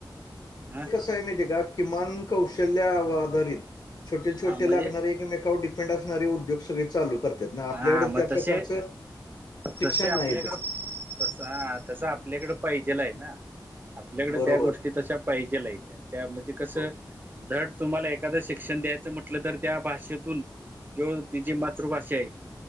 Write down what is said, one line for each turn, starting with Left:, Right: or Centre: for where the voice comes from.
Right: हा.
Left: कसाय माहीत आहे का किमान कौशल्या आधारित छोटे छोटे
Right: हा म्हणजे
Left: लागणारे हे एकमेकांवर डिफेन्ड. असणारे उद्योग सगळे चालू करा. ना आपल्याकडे
Right: हा मग
Left: त्या
Right: तसे
Left: प्रकारचं शिक्षण
Right: तसे आपल्याकडं
Left: नाही.
Right: तस तसं आपल्याकडं पाहिजेल आहे ना आपल्याकड
Left: बरोबर
Right: त्या गोष्टी तशा पाहिजेल आहेत्या. त्या म्हणजे कसं
Left: ब-
Right: दड. तुम्हाला एखादं शिक्षण द्यायचं म्हटलं तर त्या भाषेतून जो तिची मातृभाषा आहे.